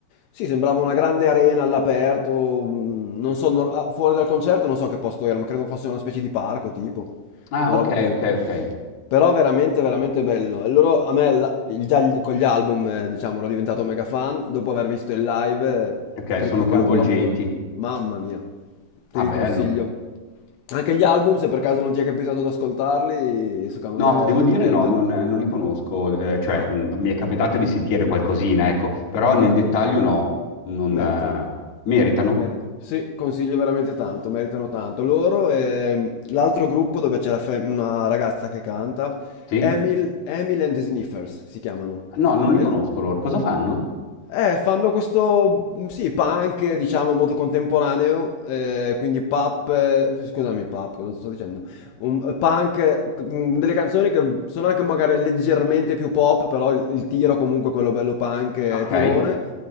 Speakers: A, on the left (about 80°); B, on the left (about 50°).
A: Sì, sembrava una grande arena all'aperto. mm, Non so, nor- ah, fuori dal concerto non so che posto era, ma credo fosse una specie di parco, tipo.
B: Ah,
A: Una
B: ok,
A: roba così.
B: ok, ok.
A: Però veramente, veramente bello. E loro, a me, la- il- già gli- con gli album, eh, diciamo, ero diventato mega fan. Dopo aver visto il live, eh,
B: Ok,
A: triplicato
B: sono coinvolgenti.
A: l'amore. Mamma mia, te
B: Ah,
A: li
B: bello.
A: consiglio. Anche gli album, se per caso non ti è capitato di ascoltarli, secondo
B: No,
A: me
B: devo dire
A: merita...
B: no, non, non li conosco, eh, cioè
A: Ah,
B: mh, mi è capitato di sentire qualcosina, ecco, però
A: ah,
B: nel dettaglio no, non,
A: meritano.
B: eh, meritano?
A: Mer- sì, consiglio veramente tanto, meritano tanto. Loro e l'altro gruppo dove c'è la fe- una ragazza che canta,
B: Sì?
A: Emil, Emil and the Sniffers si chiamano.
B: No, non li
A: E-
B: conosco
A: l-
B: loro. Cosa fanno?
A: eh, fanno questo, sì, punk, diciamo, molto contemporaneo, eh, quindi pop, eh, scusami, pop, cosa sto dicendo? Un, punk, eh, mm, delle canzoni che sono anche magari leggermente più pop, però il, il tiro comunque è quello bello punk, eh,
B: Ok.
A: tirone.